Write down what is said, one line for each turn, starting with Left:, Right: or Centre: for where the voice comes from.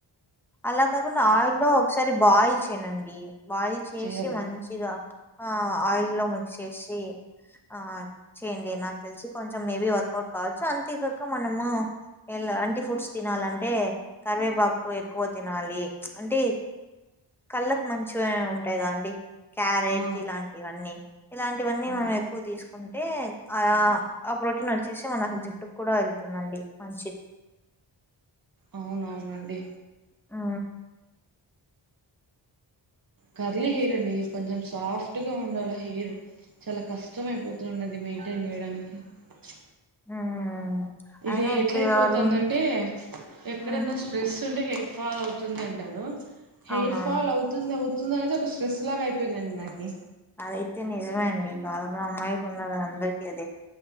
Centre: అలా కాకుండా ఆయిల్లో ఒకసారి బాయిల్ చేయన్ నండి బాయిల్ చేసి
Right: చేయాల
Centre: మంచిగా. ఆ ఆయిల్ లో మిక్స్ చేసి ఆ చేయండి నాకు తెలిసి కొంచెం మేబీ వర్కౌట్ కావచ్చు అంతేకాక మనము. ఎలా అంటి ఫుడ్స్ తినాలంటే కరివేపాకు ఎక్ ఎక్కువ తినాలి అంటే కళ్ళకు మంచివని ఉంటాయ్ కదండీ. క్యారెట్
Right: ఆ
Centre: ఇలాంటివన్నీ ఇలాంటివన్నీ
Right: అవును
Centre: మనం ఎక్కువ తీసుకుంటే ఆ ఆ ప్రోటీన్ వచ్చేసి మన జుట్టుకు కూడా వెళ్తుందండి మంచిది.
Right: అవునవునండి
Centre: ఆ
Right: కర్లీ హెయిర్ అండి కొంచెం సాఫ్ట్ గా ఉండాల హెయిరు. చాలా కష్టం అయిపోతున్నది మెయింటైన్ చేయడానికి చ్
Centre: ఉమ్
Right: ఇది
Centre: అయినా ఇప్పుడు
Right: ఎట్లా అయిపోతుందంటే
Centre: ఎవరు
Right: ఎక్కడన్నా
Centre: ఉమ్
Right: స్ట్రెస్ ఉంటే హెయిర్ ఫాల్ అవుతుంది అంటారు హెయిర్
Centre: అవునవును
Right: ఫాల్ అవుతుంది అవ్ తున్ అనేది ఒక స్ట్రెస్ లాగా అయిపోయిందండి నాకి.
Centre: అదైతే నిజమే అండి ఈ కాలంలో అమ్మాయి కొన్నది అందరికిీ అదే